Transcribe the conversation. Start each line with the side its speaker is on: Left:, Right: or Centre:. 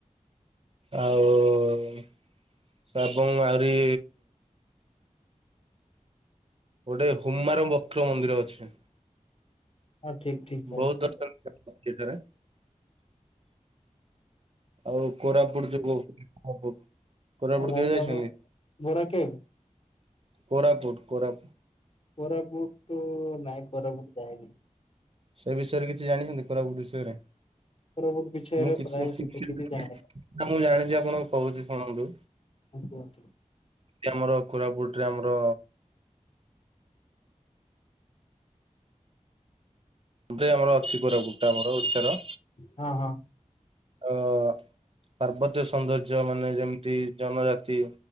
Right: ଆଉ ଶବନା ଏବଂ ଆହୁରି ଗୋଟେ ହୁମାର ବକ୍ର ମନ୍ଦିର ଅଛି।
Left: ହଁ! ଠିକ୍ ଠିକ୍--କ
Right: ବହୁତ
Left: ଠି
Right: <inaudible> ଆଉ କୋରାପୁଟ୍ ଯୋଗୁ କୋରାପୁଟ୍
Left: ଆଉ ଭାଇ
Right: କେବେ ଯାଇଛନ୍ତି?
Left: ତମେ ବରା କେବେ?
Right: କୋରାପୁଟ୍, କୋରା
Left: କୋରାପୁଟୁ ନାଇଁ କୋରାପୁଟୁ ଯାଏନି।
Right: ସେ ବିଷୟରେ କିଛି ଜାଣିଛନ୍ତି? କୋରାପୁଟ୍ ବିଷୟରେ ମୁଁ!
Left: କୋରାପୁଟ ବିଷୟରେ ପ୍ରାୟ ସେତେ
Right: ଜାଣିଚି
Left: କିଛି ଜାଣିନି
Right: ଆପଣଙ୍କୁ କହୁଛି ଶୁଣନ୍ତୁ।
Left: ହଁ! କୁହନ୍ତୁ।
Right: ଆମର କୋରାପୁଟ୍ ରେ ଆମର ଆମର ଅଛି, କୋରାପୁଟ୍ ଟା ଆମର ଓଡିଶାର
Left: ହଁ ହଁ!
Right: ଅଅ ପାର୍ବତ୍ୟ ସୌନ୍ଦର୍ଯ୍ୟ ମାନେ ଯେମ୍ତି ଜନଜାତି।